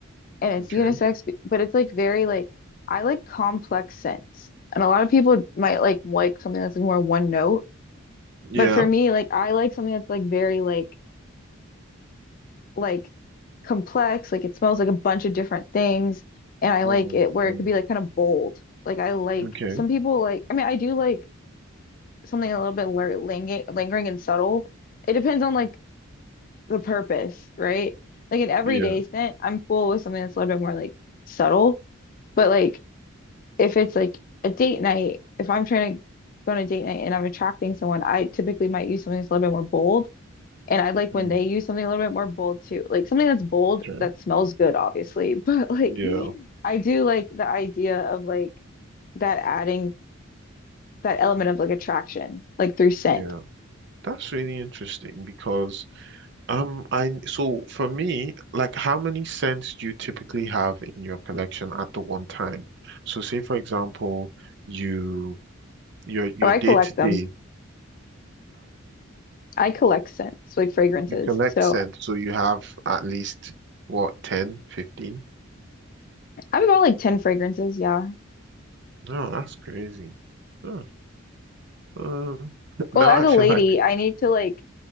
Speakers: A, on the left; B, on the right.
A: and it's
B: Okay.
A: unisex, b- but it's like very like I like complex scents. And a lot of people might like like something that's like more one note,
B: Yeah.
A: but for me, like I like something that's like very like like complex, like it smells like a bunch of different things, and I
B: Mm.
A: like it where
B: And
A: it could be like kind of bold. Like I like
B: okay.
A: some people like I mean I do like something a little bit lir- ling lingering and subtle. It depends on like the purpose, right? Like an everyday
B: Yeah.
A: scent, I'm cool with something that's a little bit more like subtle, but like if it's like a date night, if I'm trying to go on a date night and I'm attracting someone, I typically might use something that's a little bit more bold and I like
B: Mm.
A: when they use something a little bit more bold too, like something that's bold
B: Okay.
A: that smells good, obviously. <laughs> But like,
B: Yeah.
A: I do like the idea of like that adding that element of like attraction, like through scent.
B: Yeah. That's really interesting because um I so for me, like how many cents do you typically have in your collection at the one time? So say for example, you your your
A: Oh, I
B: day
A: collect
B: to day.
A: them. I collect scents, like fragrances.
B: You collect
A: So
B: cents, so you have at least what, 10, 15?
A: I have about like 10 fragrances. Yeah.
B: No, that's crazy. Huh. Uh, <laughs>
A: Well,
B: now
A: as
B: I
A: a
B: feel
A: lady,
B: like,
A: I need to like